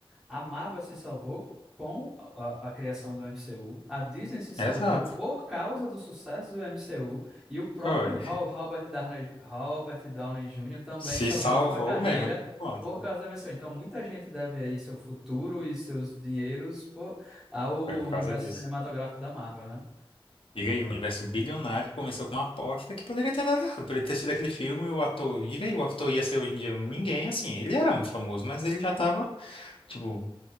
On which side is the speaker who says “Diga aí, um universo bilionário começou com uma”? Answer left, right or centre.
Left